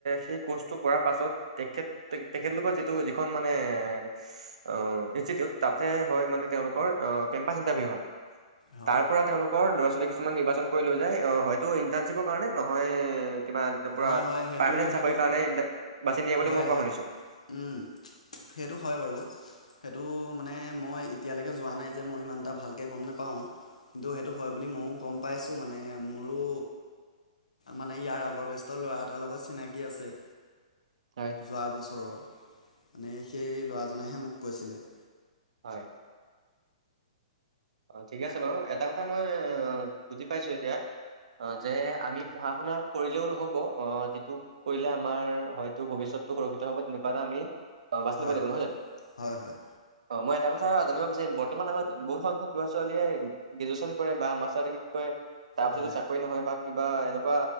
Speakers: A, on the right; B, on the left.
A: সেই কৰ্চটো কৰাৰ পাছত তেখেত, তে-তেখেতলোকৰ যিটো যিখন মানে এ অ' ইনষ্টিটিউট তাতে হয় মানে তেওঁলোক অ'! কেম্পাচ ইণ্টাৰভিউ হয়।
B: হয়
A: তাৰপৰা, তেওঁলোকৰ ল'ৰা- ছোৱালী কিছুমান নিৰ্বাচন কৰি লৈ যায়, অ' হয়টো ইন্টাৰ্শ্বিপৰ কাৰণে, নহয় কিবা এ, পূৰা
B: হয় হয় সেইটো
A: পামেৰ্নেণ্ট
B: সেইটো
A: চাকৰি কাৰণে ইণ্টা, বাছি নিয়ে বুলি,
B: হয়
A: মই কোৱা শুনিছোঁ।
B: উম, সেইটো হয় বাৰু। সেইটো মানে, মই এতিয়ালৈকে যোৱা নাই যে মই ইমান এটা ভালকে গম নেপাওঁ। কিন্তু, সেইটো হয় বুলি মইয়ো গম পাইছোঁ, মানে। মোৰো মানে, ইয়াৰ আগৰ বেষ্টৰ ল'ৰা এটাৰ লগত চিনাকি আছে।
A: হয়
B: যোৱা বছৰৰ মানে, সেই ল'ৰাজনেহে মোক কৈছিলে।
A: হয়। ঠিক আছে বাৰু, এটা কথা মই বুজি পাইছোঁ এতিয়া অ', যে আমি পঢ়া-শুনা কৰিলেও নহ'ব, অ' যিটো কৰিলে, আমাৰ হয়তো, ভৱিষ্যতটো সুৰক্ষিত হ'ব তেনেকুৱা এটা আমি, অ' বাছ
B: হয়
A: ল'ব লাগিব, নহয় জানো?
B: হয় হয়
A: অ' মই এটা কথা জানিব বিচাৰিম, বৰ্তমান আমাৰ বহুত চ'ব ল'ৰা-ছোৱালীয়ে, গ্ৰেজুৱেচন কৰে বা মাষ্টাৰডিগ্ৰী কৰে তাৰপিছতো,
B: হয়
A: চাক কৰি নহয় বা কিবা এনেকুৱা,